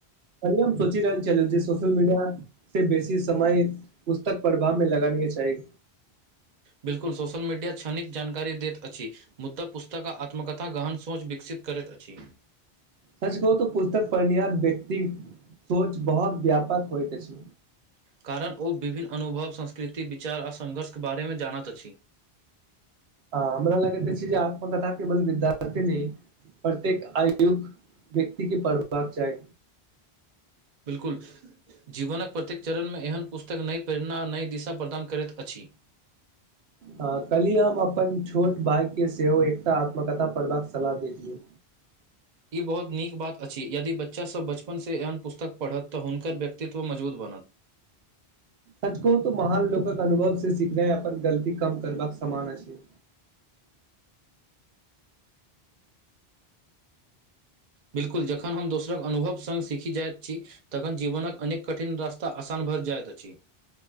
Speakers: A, on the right (about 75°); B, on the right (about 45°).
A: काल्हि हम सोचि रहल छलहु जे सोशल मीडिया से बेसी समय पुस्तक प्रभावमे लगानी चाही
B: बिल्कुल सोशल मीडिया क्षनिक जानकारी देत अछि मुद्दा पुस्तक आत्मकथा गहन सोच विकसित करैत अछि
A: सच कहू तऽ पुस्तक पढ़निहार व्यक्ति सोच बहुत व्यापक होइत अछि
B: कारण ओ विभिन्न अनुभव संस्कृति विचार आ सङ्घर्षके बारेमे जानैत अछि
A: आ हमरा लगैत छी जे आत्मकथा केवल विद्यार्थी नहि प्रत्येक आयु व्यक्ति के पढ़बाक चाही
B: बिलकुल जीवनक प्रत्येक चरणमे एहन पुस्तक नहि प्रेरणा आ नहि दिशा प्रदान करैत अछि
A: कहलीअ हम अपन छोट भायके सेहो एकटा आत्मकथा पढ़बाक सलाह देतियै
B: ई बहुत नीक बात अछि यदि बच्चा सब बचपन से एहन पुस्तक पढ़त तऽ हुनकर व्यक्तित्व मजबूत बनत
A: सच कहू तो महान लोकक अनुभव से सीखै अपन गलती कम करबाक समान अछि
B: बिल्कुल जखन हम दोसरक अनुभव संग सीखी जाइत छी तखन जीवनकक अनेक कठिन रास्ता असानभर जायत अछि